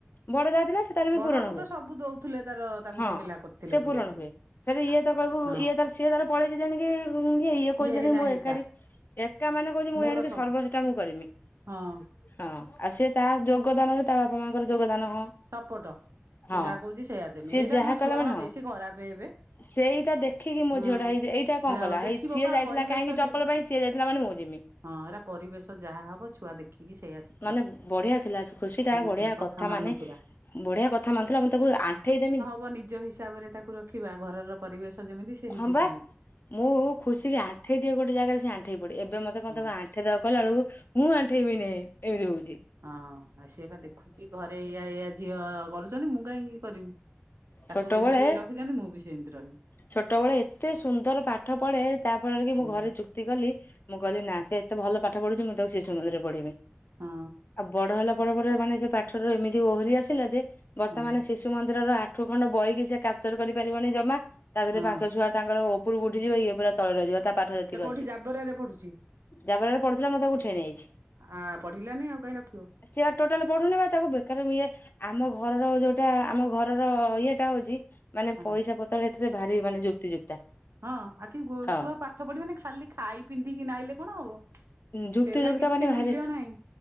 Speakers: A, on the left; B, on the right.
A: ବଡ ଯା ଥିଲା ସେତାର ବି
B: ବଡକୁ
A: ପୂରଣ ହୁଏ
B: ତ ସବୁ ଦଉଥିଲେ ତାର ତାକୁ
A: ହଁ
B: ତ ଗେହ୍ଲା କରିଥିଲେ
A: ସେ
B: ବୁଲେଇଥିଲେ
A: ପୂରଣ ହୁଏ। ଫେରେ ଇଏ
B: ଆ
A: ତ କହିବୁ
B: ହଁ
A: ଇଏ ତାର ସିଏ ତାର ପଳେଇଛି ଜାଣିକି ଗୁନ୍ଗୀ ଇଏ କୋଜାଣି
B: ହେଇନା
A: ମୁଁ ଏକାଠି
B: ଏକା
A: ଏକା ମାନେ କହୁଚି ମୁଁ
B: ମୋର
A: ଜାଣିକି
B: ସବୁ
A: ସର୍ବ ସେଟା ମୁଁ କରିମି
B: ହଁ
A: ହଁ ଆଉ ସେ ତା ଯୋ ଗଦାନ ରେ ତା ବାପା ମାଙ୍କର ଯୋଗଦାନ ହଁ
B: ସପୋଟ ସେ
A: ହଁ
B: ଯାହା କହୁଛି ସେଇଆ ଦେମି
A: ସିଏ
B: ଏଇରା
A: ଯାହା
B: କଁ ଛୁଆ
A: କଲା ମାନେ ହଁ
B: ବେଶୀ ଖରାପେ ହେବେ।
A: ସେଇଟା ଦେଖିକି ମୋ
B: ହଁ
A: ଝିଅଟା ହେଇ ଏଇଟା କଁ
B: ହଁ
A: କଲା
B: ଦେଖିବ
A: ହେଇ ସିଏ
B: ପା
A: ଯାଇଥିଲା
B: ପରିବେଶ
A: କାହିଁକି ଚପଲ
B: ଯେ
A: ପାଇଁ ସିଏ ଯାଇଥିଲା ମାନେ ମୁଁ ଯିମି।
B: ହଁ ଏରା ପରିବେଶ ଯାହା ହବ ଛୁଆ ଦେଖିକି ସେଇଆ ଶିଖିବେ।
A: ମାନେ ବଢିଆ ଥିଲା ଖୁସିଟା
B: ହୁଁ
A: ବଢିଆ କଥା
B: ମାନୁଥିଲା।
A: ମାନେ। ବଢିଆ କଥା ମାନୁଥିଲା ମୁଁ ତାକୁ ଆଣ୍ଠେଇ ଦେମି
B: ବ ନିଜ ହିସ୍। ତାପରେ ତାକୁ ରଖିବା ଘରର ପରିବେଶ ଯେମିତି ସେ ହେବେ
A: ହଁବା
B: ସେମିତି।
A: ମୁଁ ଖୁସିିକି ଆଣ୍ଠେଇ ଦିଏ ଗୋଟେ ଜାଗାରେ ସେ‌ ଆଣ୍ ଏବେ ମତେ କଣ
B: ହଁ
A: ତମେ ଆଣ୍ଠେଇ ଦେବାକୁ କହିଲା ବେଳକୁ ମୁଁ ଆଣ୍ଠେଇବି ନେଇଁ ଏମିତି ହଉଚି।
B: ହଁ ଆ ସେ‌ପା ଦେଖୁତି ଘରେ ଏୟା ଏୟା ଝିଅ କରୁଚନ୍ତି ମୁଁ କାହିଁକି କରିବି।
A: ଛୋଟବେଳେ
B: ତାକୁ ଯେମ୍ତି ରଖିଛନ୍ତି ମୁଁ ବି ସେମ୍ତି ରହିବି।
A: ଛୋଟବେଳେ ଏତେ ସୁନ୍ଦର୍ ପାଠ ପଢ଼େ ତା ଫଳରେ କି
B: ହଁ
A: ମୁଁ ଘରେ ଯୁ ଜିଦି କଲି ମୁଁ କହିଲି ନାଁ ସେ ଏତେ ଭଲ ପାଠ ପଢ଼ୁଛି ମୁଁ ତାକୁ ଶିଶୁମନ୍ଦିରରେ ପଢ଼େଇବି।
B: ହଁ
A: ଆ ବଡ ହେଲା ପରେ ପରେ ମାନେ ଯ ପାଠରେ ଏମିତି ଓହରି ଆସିଲା ଯେ ବର୍ତ୍ତମାନେ
B: ହଁ।
A: ସିସ୍ ମନ୍ଦିରର ଆଠୁ ଖଣ୍ଡ ବହିକି ସେ କାପ୍ଚର୍ କରିପାରିବନି ଜମା ତା ଦେହରେ
B: ହଁ
A: ପାଞ୍ଚ ଛୁଆ ତାଙ୍କର ଓପରୁ କୁ ଉଠିଯିବ ଇଏ ପୁରା ତଳେ ରହିଯିବ ତା ପାଠ ଯେତିକି
B: ସେ କୋଉଠି
A: ଅଛି।
B: ଜାବରରେ ପଢୁଛି
A: ଯା ବେଳରେ ପଢୁ ଥିଲା ମୁଁ ତାକୁ ଉଠେଇ ନେଇଆଛି।
B: ଆ ପଢିଲାନି ଆଉ କାହିଁ ରଖିବ
A: ସିଏ ଆଉ ଟୋଟାଲ୍ ପଢୁନି ବା ତାକୁବେକାରେ ମୁଁ ଇଏ ଆମ ଘରର ଯୋଉଟା ଆମ ଘରର ଇଏଟା ହଉଚି ମାନେ
B: ହଁ।
A: ପଇସା ପ ଥିରେ ଭାରି ମାନେ ଯୁକ୍ତିଯୁକ୍ତା।
B: ହଁ ଆଖି ଗୋ
A: ହଁ।
B: ଛୁଆ ପାଠ ପଢିବେନେ ଖାଲି ଖାଇ ପିନ୍ଧିକି ନାଇଲେ କଣ ହବ?
A: ଯୁକ୍ତି
B: ସେଗୁରା
A: ଯୁକ୍ତ
B: କିଛି
A: ମାନେ
B: ମୂଲ୍ୟ
A: ଭାରି
B: ନାହିଁ